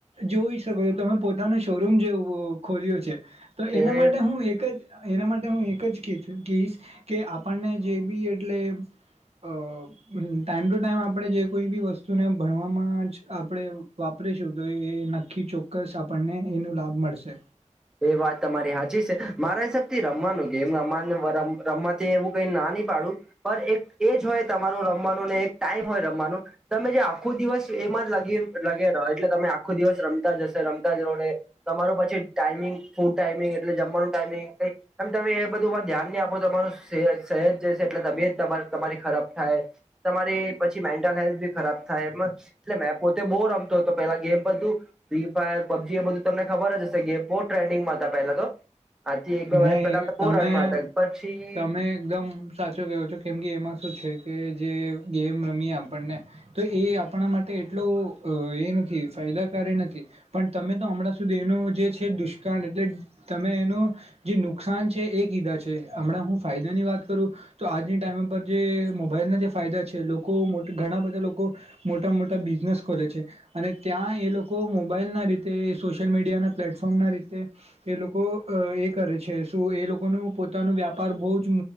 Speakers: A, on the right; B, in the centre.
A: જોઈ શકો છો તમ પોતાનું શોરૂમ જે ખોલ્યું છે તો
B: એ
A: એના માટે હું એક જ એના માટે હું એક જ કઈશ કે આપણને જે બી એટલે અહ ટાઈમ ટુ ટાઈમ આપણે જે કોઈ બી વસ્તુને ભણવામાં જ આપણે વાપ રીશું તો એ નક્કી ચોક્કસ આપણને એનો લાભ મળશે.
B: એ વાત તમારી હાચી સે. મારા હિસાબથી રમવાનું, ગેમ રમવા <unintelligible> થી એવું કઈ ના ની પાડુ, પણ એક એજ હોય તમારું રમવાનું, ને એક ટાઈમ હોય રમવાનું. તમે જે આખો દિવસ એમાં જ લાગી લગે રહો એટલે તમે આખો દિવસ રમતા જ હશો, રમતા જ રહો ને તમારું પછી ટાઈમિંગ, ફૂડ ટાઈમિંગ એટલે જમવાનું ટાઈમિંગ <inaudible> એમ તમે એ બધુંમાં ધ્યાન નહી આપો તમારો સે હેત જશે એટલે તબિયત તમાર તમારી ખરાબ થાય હે. તમારી પછી મેન્ટલ હેલ્થ બી ખરાબ થાય એટલે મેં પોતે બહુ રમતો તો પેલા, ગેમ બધું ફ્રી ફાયર, પબજી એ બધું તમને ખબર જ હશે ગેમ. બોવ ટેર્ડિંગમાં હતા પેલા તો આજથી એક બે
A: નહી
B: વર્ષ પેલા
A: તમે
B: બહુ રમ્યા હતા પછી
A: તમે એકદમ સાચો કેવો છો કેમ કે એમાં શું છે કે જે ગેમ રમીએ આપણને તો એ આપણા માટે એટલો એ નથી <unintelligible> નથી પણ તમે તો હમણાં સુધી એનું જે છે દુષ્કાળ એટલે તમે એનું જે નુકસાન છે એ કીધા છે હમણાં હું ફાયદાની વાત કરું તો આજની ટાઈમ પર જે મોબાઈલ ફાયદા છે લોકો ઘણા બધા લોકો મોટા મોટા બિઝનેસ ખોલે છે અને ત્યાં એ લોકો મોબાઈલના રીતે એ સોશિયલ મીડિયાના પ્લેટફોર્મના રીતે એ લોકો એક કરે છે શું એ લોકોનું પોતાનો વ્યાપાર બહુ જ